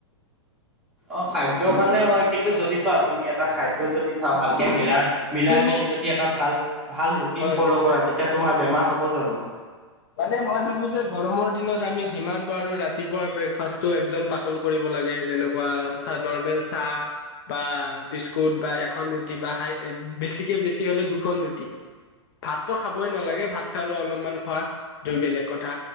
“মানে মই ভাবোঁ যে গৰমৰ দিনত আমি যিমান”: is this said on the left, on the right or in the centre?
Left